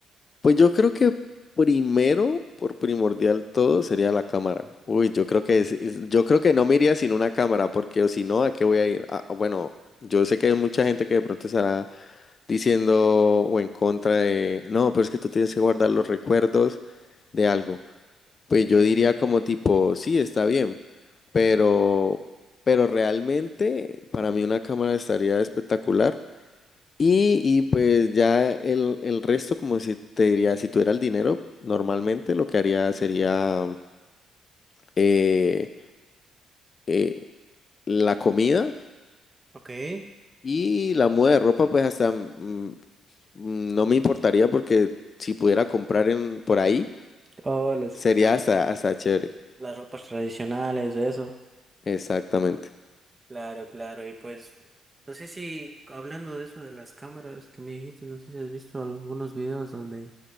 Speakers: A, on the left; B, on the right.
A: pues yo creo que primero, por primordial todo, sería la cámara. Uy, yo creo que es- es- yo creo que no me iría sin una cámara, porque o si no, ¿a qué voy a ir? Ah, bueno, yo sé que hay mucha gente que de pronto estará diciendo o en contra de, no, pero es que tú tienes que guardar los recuerdos de algo. Pues
B: Okay,
A: yo diría como tipo, sí, está bien, pero, pero realmente para mí una cámara estaría espectacular Y, y pues ya el, el resto, como si te diría, si tuviera el dinero, normalmente lo que haría sería eh, eh, la comida
B: okay
A: y la muda de ropa, pues hasta mm, mm, no me importaría porque si pudiera comprar en, por ahí,
B: Oh, las,
A: sería
B: mm,
A: hasta, hasta chévere.
B: Las ropas. tradicionales, eso.
A: Exactamente.
B: Claro, claro. Y pues, no sé si hablando de eso de las cámaras que me dijiste, no sé si has visto algunos videos donde,